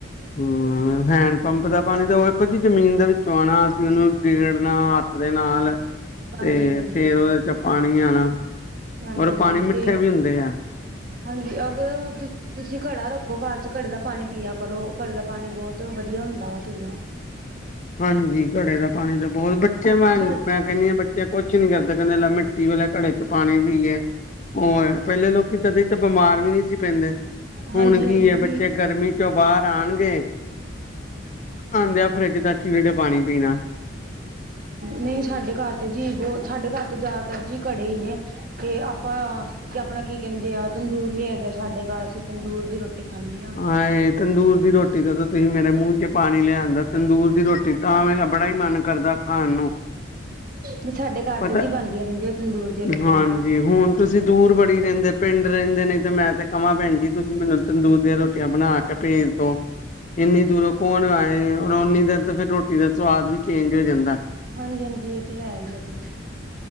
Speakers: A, on the left; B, on the right.
A: ਹੁੰ, ਹੈਂਡ ਪੰਪ ਦਾ ਪਾਣੀ ਤਾਂ ਉਹ ਵੇਖੋ ਜੀ ਜ਼ਮੀਨ ਦੇ ਵਿੱਚੋਂ ਆਣਾ, ਅਸੀਂ ਉਹਨੂੰ ਗੇੜਨਾ ਤਾ ਦੇ ਨਾਲ। ਤੇ
B: ਹਾਂਜੀ ਹਾਂਜੀ
A: ਫੇਰ ਉਹਦੇ ਚ ਪਾਣੀ ਆਣਾ,
B: ਹਾਂਜੀ
A: ਔਰ
B: ਹਾਂਜੀ
A: ਪਾਣੀ ਮਿੱਠੇ
B: ਤੇ
A: ਵੀ ਹੁੰਦੇ ਐ।
B: ਹਾਂਜੀ, ਅਗਰ ਤੁ ਤੁਸੀਂ ਕੜਾ ਰੱਖੋ ਕਰ ਚ ਕੜੇ ਦਾ ਪਾਣੀ ਪੀਆ ਕਰੋ, ਕੜੇ ਦਾ ਪਾਣੀ ਬਹੁਤ ਵਧੀਆ ਹੁੰਦਾ ਵਾ ਪੀਣਾ।
A: ਹਾਂਜੀ, ਕੜੇ ਦਾ ਪਾਣੀ ਤਾਂ ਬਹੁਤ ਬੱਚੇ ਮੈਂ
B: ਛੱਡ
A: ਮੈਂ ਕਹਿੰਦੀ ਹ ਬ ਕੁਛ ਨੀ ਕਰਦੇ ਕਹਿੰਦੇ ਮਿੱਟੀ ਵਾਲੇ ਕੜੇ ਚ ਪਾਣੀ ਪੀਏ। ਉਹ ਐ, ਪਹਿਲੇ ਲੋਕੀ ਤਦੇ ਤਾਂ ਬਿਮਾਰ ਵੀ ਨਹੀਂ ਸੀ ਪੈਂਦੇ, ਹੁਣ
B: ਹਾਂਜੀ
A: ਕੀ
B: ਹਾਂਜੀ
A: ਐ
B: ਨਹੀਂ
A: ਬੱਚੇ ਗਰਮੀ ਚ ਚੋਂ ਬਾਹਰ ਆਣਗੇ, ਆਂਦਿਆਂ ਫਰਿੱਜ ਦਾ ਚੀਲਡ ਪਾਣੀ ਪੀਣਾ।
B: ਨਹੀਂ ਸਾਡੇ ਕਰ ਤੇ ਜੀ ਬਹੁ ਸਾਡੇ ਕਰ ਤੇ ਜ਼ਿਆਦਾਤਰ ਜੀ ਕੜੇ ਹੀ ਨੇ। ਤੇ ਆਪਾਂ ਕਿ ਆਪਣਾ ਕੀ ਕਹਿੰਦੇ ਆ ਤੰਦੂਰ ਵੀ ਹੈਗੇ ਸਾਡੇ ਕਰ, ਅਸੀਂ ਤੰਦੂਰ ਦੀ ਰੋ ਕੀ ਖਾਨੇ ਆ
A: ਹਾਂਏ ਤੰਦੂਰ ਦੀ ਰੋਟੀ ਜਦੋਂ ਤੁਸੀਂ ਮੇਰੇ ਮੂੰਹ ਚ ਪਾਣੀ ਲਿਆ ਆਂਦਾ, ਤੰਦੂਰ ਦੀ ਰੋਟੀ ਤਾਂ ਮੈਂ ਬੜਾ ਹੀ ਮਨ ਕਰਦਾ ਖਾਣ ਨੂੰ।
B: ਨਹੀਂ ਸਾਡੇ ਕਰ
A: ਪਤਾ
B: ਤੇ ਜੀ ਬਣਦੀਆਂ ਰਹਿੰਦੀਆਂ ਤੰਦੂਰ ਦੀਆਂ ਰੋਟੀਆਂ।
A: ਹਾਂਜੀ ਹੁਣ ਤੁਸੀਂ ਦੂਰ ਬੜੀ ਰਹਿੰਦੇ ਪਿੰਡ ਰਹਿੰਦੇ, ਨੀ ਤੇ ਮੈਂ ਤੇ ਕਵਾਂ ਪੈਣ ਜੀ ਤੁਸੀਂ ਮੈਨੂੰ ਤੰ ਤੰਦੂਰ ਦੀਆਂ ਰੋਟੀਆਂ ਬਣਾ ਕੇ ਪੇਜ ਦੋ, ਇੰਨੀ ਦੂਰੋਂ ਕੌਣ ਆਏ। ਔਰ ਉਨੀ ਦੇਰ ਤੇ ਫੇਰ ਰੋਟੀ ਦਾ ਸਵਾਦ ਵੀ ਚੇਂਜ ਹੋ ਜਾਂਦਾ।
B: ਹਾਂਜੀ-ਹਾਂਜੀ, ਇਹ ਤੇ ਹੈ ਹੀ ਆ ਜੀ